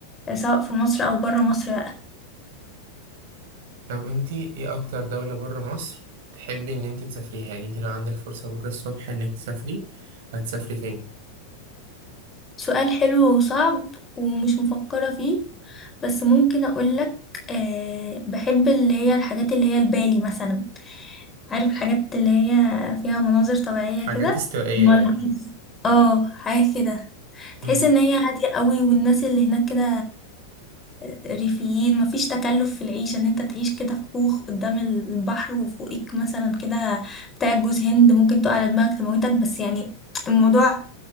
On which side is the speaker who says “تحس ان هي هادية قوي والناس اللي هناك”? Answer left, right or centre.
Left